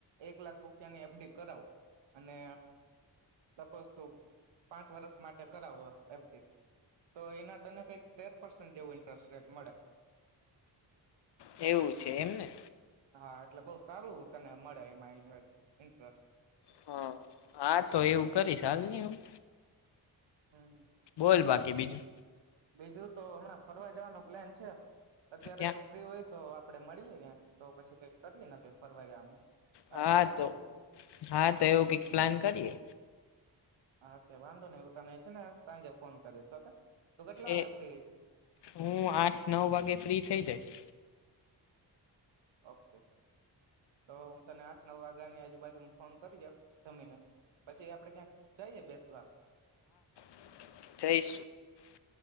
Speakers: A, on the right; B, on the left.
A: એક લાખ રૂપિયાની એફડી કરાવ અને સપોઝ તું પાંચ વર્ષ માટે કરાવો એફડી તો એના તને કઈક તેર પર્સન્ટ જેવું ઇન્ટરેસ્ટ રેટ મળે.
B: એવું છે, એમને
A: હા એટલે બહ સારું તને મળે એમાં ઇન્ટરેસ્ટ
B: હા હા તો એવું કરી <unintelligible> ને <unintelligible>
A: હા હા
B: બોલ બાકી બીજું
A: બીજું તો હમણાં ફરવા જવાનું પ્લાન છે, અત્યારે
B: ક્યાં
A: તું ફ્રી હોય તો આપડે મળીએ તો પછી કઈક કરીએ <unintelligible> ફરવા જવાનું આટા
B: હા
A: મારીએ
B: તો
A: કે
B: હા તો એવું કઈક પ્લાન કરીએ.
A: હા તે વાંધો નને એવું તને છે, ને સાંજે ફોન કરીશ ઓકે તું કેટલા વાગે
B: એ
A: ફ્રી
B: હું આઠ નવ વાગે ફ્રી થઈ જઈશ.
A: ઓકે તો હું તને આઠ નવ વાગ્યાની આજુબાજુ ફોન કરી જમીને પછી આપડે ક્યાંક જઈય બેસવા
B: <inaudible>